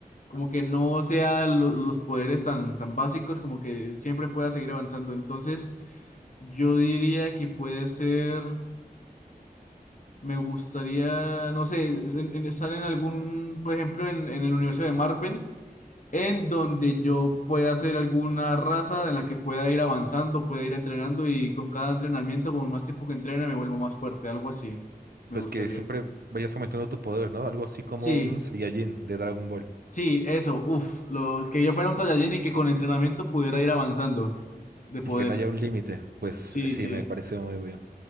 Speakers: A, on the left (about 55°); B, on the right (about 80°).
A: Como que no sea lo- los poderes tan, tan básicos, como que siempre pueda seguir avanzando. Entonces, yo diría que puede ser, me gustaría, no sé, es- en- en estar en algún, por ejemplo, en en el universo de Marvel en donde yo pueda hacer alguna raza de la que pueda ir avanzando, pueda ir entrenando y con cada entrenamiento, con más tiempo que entrene, me vuelvo más fuerte, algo así. Me
B: pues
A: gustaría.
B: que siempre vayas aumentando tu poder, ¿no? Algo así como
A: Sí,
B: un Saiyajin de Dragon Ball
A: sí, eso, uff, lo que yo fuera un Saiyajin y que con entrenamiento pudiera ir avanzando de poder.
B: y que no haya un límite, pues
A: Sí,
B: sí,
A: sí.
B: me parece muy bien.